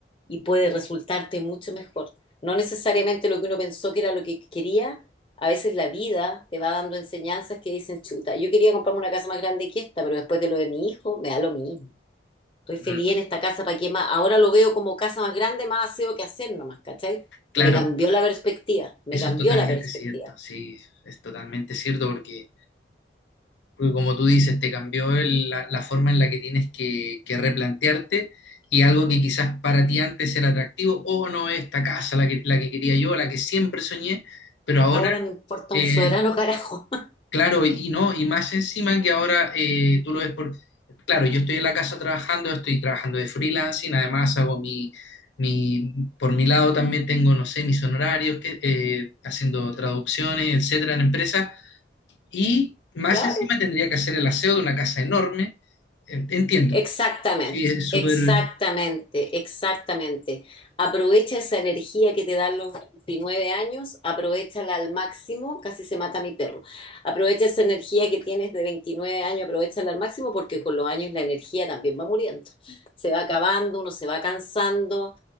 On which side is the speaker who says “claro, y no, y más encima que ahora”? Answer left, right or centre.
Left